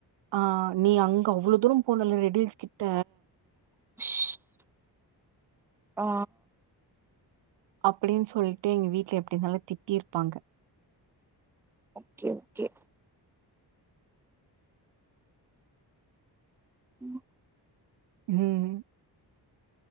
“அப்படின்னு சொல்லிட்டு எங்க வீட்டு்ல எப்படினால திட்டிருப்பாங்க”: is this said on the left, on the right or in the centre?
Right